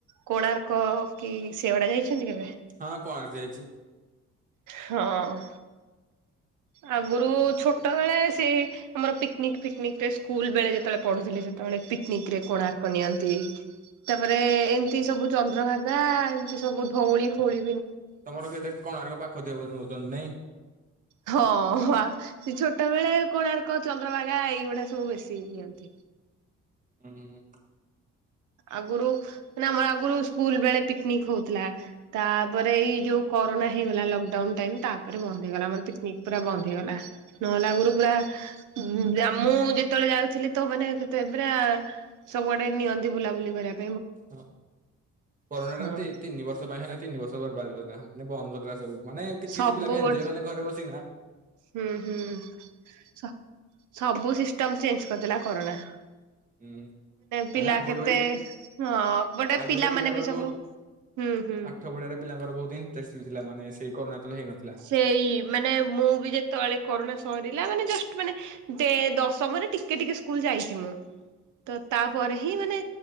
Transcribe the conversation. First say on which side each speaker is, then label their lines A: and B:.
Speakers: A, on the right (about 80°); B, on the right (about 25°).
A: କୋଣାର୍କ କି ସେଗୁଡ଼ା ଯାଇ ଛନ୍ତି କେବେ?
B: ହଁ କୋଣାର୍କ ଯାଇଛି।
A: ହଁ। ଆଗରୁ ଛୋଟ ବଳେ ସେ ଆମର ପିକନିକ ଫିକନିକ ସ୍କୁଲ ବେଳେ ଯେତେବେଳେ ପଢୁଥିଲି ସେତେବେଳେ ପିକନିକରେ କୋଣାର୍କ ନିଅନ୍ତି। ତାପରେ ଏମତି ସବୁ ଚନ୍ଦ୍ରଭାଗା ଏମିତି ସବୁ ଧଉଳି ଫୋଳି
B: ତମର ସେଇଟା କୋଣାର୍କ ପାଖ ଥିବ ବୋଲି ନେଉଛନ୍ତି ନାଇଁ।
A: ହଁ ସେ ଛୋଟ ବେଳେ କୋଣାର୍କ ଚନ୍ଦ୍ରଭାଗା ଏଇଗୁଡା ସବୁ ବେଶୀ ନିଅନ୍ତି।
B: ହୁଁ।
A: ଆଗରୁ ସୁନା ମାନେ ଆମର ଆଗରୁ ସ୍କୁଲ ବେଳେ ପିକନିକ ହଉଥିଲା। ତାପରେ ଏଇ ଯୋଉ କରୋନା ହେଇଗଲା ଲକଡାଉନ ଟାଇପ୍ ତାପରେ ବନ୍ଦ ହେଇଗଲା। ଆମର ପିକନିକ ପୁରା ବନ୍ଦ ହେଇଗଲା ନହେଲେ ଆଗରୁ ପୁରା ମୁଁ ଜାମୁ ଯେତେବେଳେ ଯାଉଥିଲି। ତ ମାନ ସେତେବେଳ ପୁରା ସବୁଆଡ଼େ ନିଅ ବୁଲାବୁଲି କରିବା
B: ହଁ କରୋନା
A: ହଁ
B: ଟା ତିନି ବର୍ଷ ପାଇଁ ହେ ତିନି ବର୍ଷ ପୁରା ବରବାଦ କ ପ୍ଳାଣ୍ଟ ପ୍ଲୁଟ ବନ୍ଦ କରିଦେଲା ସବୁ। ମାନେ କିଛି
A: ସବୁ
B: କିଛି ପିଲା ବି ଆଣଥିବେ
A: ଗୋଟେ
B: କଲେ ଘରେ ବସି କିନା।
A: ହୁଁ ହୁଁ ସ ସବୁ ସିଷ୍ଟମ୍ ଚେଞ୍ଜ କରିଦେଲା କରୋନା।
B: ହୁଁ
A: ପିଲା
B: ମାନେ ଆଗରୁ
A: କେତେ
B: ବି
A: ହଁ
B: <inaudible>
A: ଗୋଟେ
B: ଆଗରୁ
A: ପିଲାମାନେ
B: ପିଲାଙ୍କର
A: ବି ସବୁ
B: ବହୁତ <inaudible>
A: ହୁଁ ହୁଁ।
B: ପାଠ ପଢାରେ ପିଲାଙ୍କର ବହୁତ ଇଣ୍ଟଷ୍ଟଥିଲା। ମାନେ ସେଇ କରୋନା ଯେତେବେଳେ ହେଇନଥିଲା।
A: ସେଇ ମାନେ ମୁଁ ବି ଯେତେବେଳେ କରୋନା ସରିଲା ମାନେ ଜଷ୍ଟ ମାନେ ଦେ ଦଶମରେ ଟିକେ ଟିକେ ସ୍କୁଲ ଯାଇଛି ମୁଁ। ତ ତାପରେ ହିଁ ମାନେ